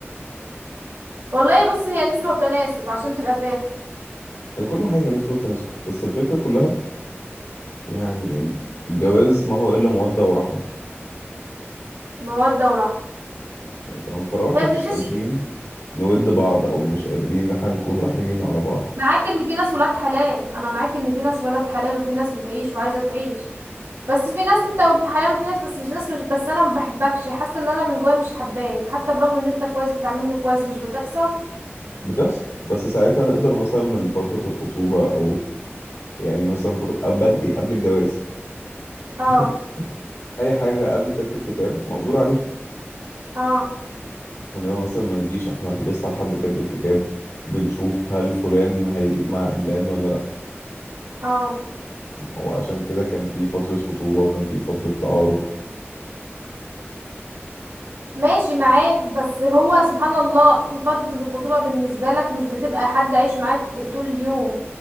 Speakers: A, on the right (about 80°); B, on the left (about 85°).
A: والله بص هي نسبة وتناسب عشان تبقى فاهم
B: يعني كل حاجه نسبه وتناسب بس الفكره كلها يعني إن الجواز ما هو الا موده ورحمه
A: مودة ورحمة
B: يعني فاهمة؟ فلو احنا
A: هي بتمشيش
B: مش قادرين
A: <laughs>
B: نود بعض او مش قادرين ان احنا نكون رحيمين على بعض
A: معاك ان في ناس ولاد حلال انا معاك ان في ناس ولاد حلال وفي ناس بتعيش وعايزة تعيش بس في ناس انت وابن حلال وفي ناس بس مش ناس مش بس انا ما بحبكش حاسة ان انا من جوايا مش حباك حتى برغم ان انت كويس بتعاملني كويس مش بتحصل
B: بتحصل بس ساعتها نقدر مثلا من فترة الخطوبة أو يعني مثلا فترة أو بدري قبل الجواز
A: اه
B: <laughs> أي حاجة قبل كتب الكتاب مقدور عليها
A: اه
B: إنما مثلا ما نجيش إحنا لسه لحد كتب الكتاب بنشوف هل فلان هيليق مع علان ولا لأ
A: اه
B: وعشان كده كان في فترة خطوبة وكان في فترة تعارف
A: ماشي معاك بس هو سبحان الله فترة الخطوبة بالنسبة لك مش بتبقى حد عايش معاك طول اليوم